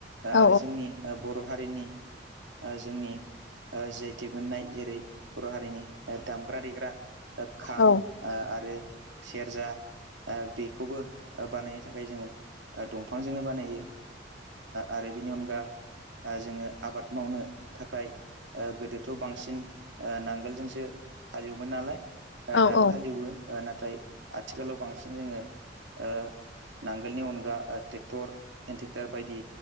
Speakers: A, on the left (about 80°); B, on the right (about 80°).
A: औ
B: आरो जोंनि बर' हारिनि जोंनि जि आइ टेक मोननाय जेरै बर हारिनि दामग्रा दामग्रा देग्रा खाम
A: औ
B: आरो सेरजा बेखौबो बानायनो थाखाय जोङो दंफांजोंनो बानायो आरो बिनि अनगा जोङो आबाद मावनो थाखाय गोदोथ' बांसिन नांगोलजोंसो हाल एवोमोन नालाय
A: औ
B: दाबो हाल एवो नाथाय आथिखालाव बांसिन जोङो ओ नांगोलनि अनगा ट्रेक्टर हेण्ड ट्रेक्टर बायदि